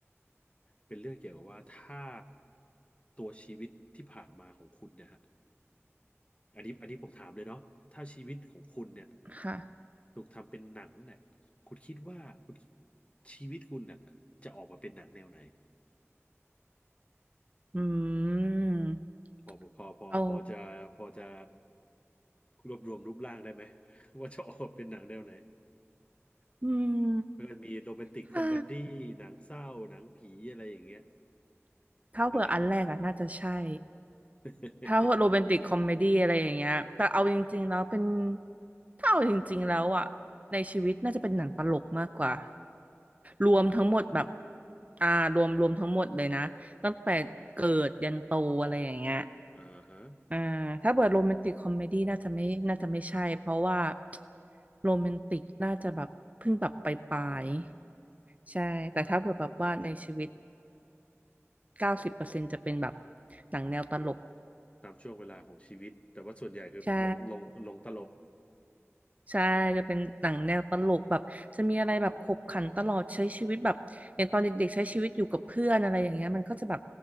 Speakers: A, on the left (about 25°); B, on the right (about 30°).
A: เป็นเรื่องเกี่ยวกับว่าถ้าตัวชีวิตที่ผ่านมาของคุณนะฮะ อันนี้อันนี้ผมถามเลยเนาะถ้าชีวิตของคุณเนี่ย
B: ค่ะ
A: ถูกทำเป็นหนังเนี่ยคุณคิดว่าคุณชีวิตคุณเนี่ยจะออกมาเป็นหนังแนวไหน
B: อืม
A: พอพอพอพอจะพอจะ
B: เอา
A: รวบรวมรูปร่างได้ไหม <laughs> ว่าจะออกมาเป็นหนังแนวไหน
B: อืม
A: มันก็มีโรแมนติกคอมเมดี้หนังเศร้าหนังผีอะไรอย่างเงี้ย
B: ถ้าถ้าเผื่ออันแรกอะน่าจะใช่
A: นะ <laughs>
B: ถ้าโรแมนติกคอมเมดี้อะไรอย่างเงี้ย แต่เอาจริงๆแล้วเป็นถ้าเอาจริงๆแล้วอะในชีวิตน่าจะเป็นหนังตลกมากกว่ารวมทั้งหมดแบบ
A: อืม
B: อ่ารวมรวมทั้งหมดเลยนะตั้งแต่เกิดยันโตอะไรอย่างเงี้ย
A: อ่าฮะ
B: อ่าถ้าเปิดโรแมนติกคอมเมดี้น่าจะไม่น่าจะไม่ใช่เพราะว่าโรแมนติกน่าจะแบบเพิ่งแบบปลาย
A: อืม
B: ๆใช่แต่ถ้าเปิดแบบว่าในชีวิต
A: อ่า
B: เก้าสิบเปอร์เซ็นต์จะเป็นแบบหนังแนวตลก
A: ตามช่วงเวลาของชีวิตแต่ว่าส่วนใหญ่คือลงลงลงตลก
B: ใช่ใช่จะเป็นหนังแนวตลกแบบจะมีอะไรแบบขบขันตลอดใช้ชีวิตแบบอย่างตอนเด็กๆใช้ชีวิตอยู่กับเพื่อนอะไรอย่างเงี้ยมันก็จะแบบ